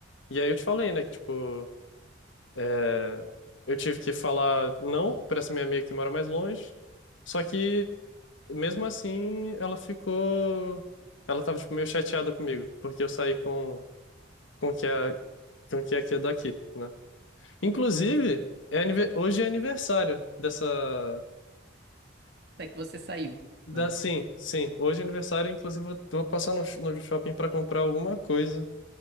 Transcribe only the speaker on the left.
E aí eu te falei, né, que, tipo, é, eu tive que falar não pra essa minha amiga que mora mais longe, só que. mesmo assim, ela ficou. Ela tava, tipo, meio chateada comigo, porque eu saí com, com o que é, com o que é aqui é daqui, né? Inclusive, é anive- hoje é aniversário dessa.
Da,
sim, sim, hoje é aniversário, inclusive eu vou passar no, sh- no shopping pra comprar alguma coisa